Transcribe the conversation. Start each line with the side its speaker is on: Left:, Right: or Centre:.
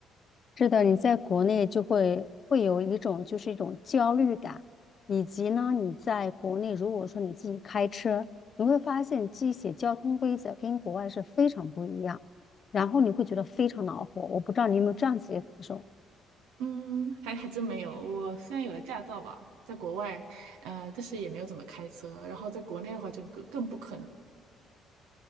Left: 是的，你在国内就会会有一种就是一种焦虑感，以及呢，你在国内如果说你自己开车，你会发现这些交通规则跟国外是非常不一样，然后你会觉得非常恼火。我不知道你有没有这样子的感受？
Right: 嗯，还还真没有。我虽然有了驾照吧，在国外，呃，但是也没有怎么开车。然后在国内的话，就更更不可能。